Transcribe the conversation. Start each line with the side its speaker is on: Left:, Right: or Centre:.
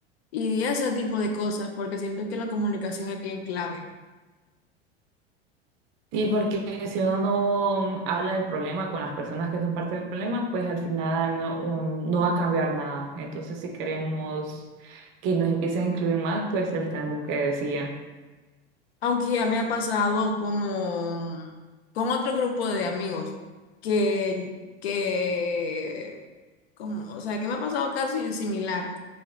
Left: Y ese tipo de cosas, porque siento que la comunicación es bien clave.
Right: Sí, porque si uno no habla del problema con las personas que son parte del problema, pues al final no, um, no va a cambiar nada. Entonces, si queremos que nos empiecen a incluir más, pues se les tenemos que decir.
Left: Aunque ya me ha pasado como con otro grupo de amigos que, que como, o sea, que me ha pasado casi similar,